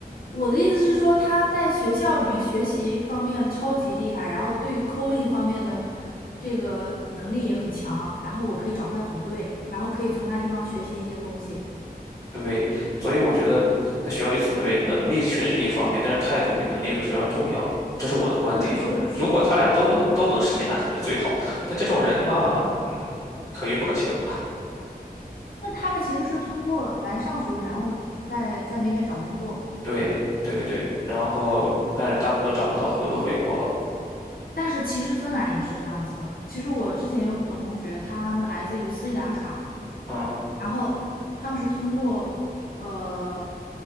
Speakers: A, on the left (about 65°); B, on the left (about 20°).
A: 我的意思是说，他在学校里面学习方面超级厉害，然后对于 coding 方面的这个能力也很强，然后我可以找他组队，然后可以从他地方学习一些东西。
B: 对，所以我觉得在学校里组队，能力确实是一方面，但是态度比能力有的时候要重要，这是我的观点啊。
A: 是的，是的，是的，
B: 如果他俩都能都能实现，
A: 是的。
B: 那肯定是最好。但这种人吧，可遇不可求。
A: 那他们其实是通过来上学，然后在在那边找工作。
B: 对，对对对。然后，但是大部分都找不到，很多都回国了。
A: 但是其实芬兰也是这样子的。其实我之前有很多同学，他们来自于斯里兰卡，
B: 嗯
A: 然后他们是通过呃，